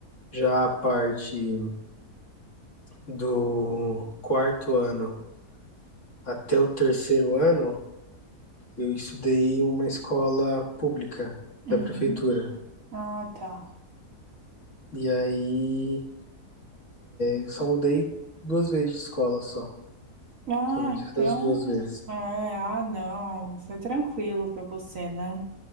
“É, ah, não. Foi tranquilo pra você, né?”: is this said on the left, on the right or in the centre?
Right